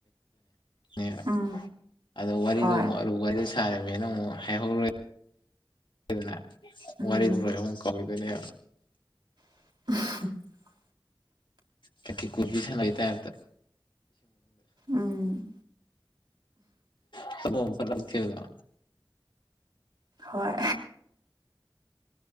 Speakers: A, on the left; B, on the right.
A: ꯅꯦꯕ
B: ꯎꯝ
A: ꯑꯗꯣ ꯋꯥꯔꯤꯗꯣꯨꯛ
B: ꯍꯣꯏ
A: ꯑꯔꯨ ꯋꯥꯔꯤꯗꯨ ꯁꯥꯔꯦ ꯅ ꯑꯃꯨ ꯍꯩ ꯍꯧꯔꯣꯏ ꯗꯅ
B: ꯎꯝ
A: ꯋꯥꯔꯤ ꯂꯣꯏ ꯑꯃꯨꯛ ꯀꯥꯎꯏꯗꯣꯏꯅꯦ
B: <inaudible>
A: ꯀ ꯀꯤ ꯀꯨꯗꯤꯁ ꯂꯩ ꯇꯔ
B: ꯎꯝ
A: <inaudible> ꯍꯜꯂꯣꯁꯂꯝ ꯀꯗ
B: ꯍꯣꯏ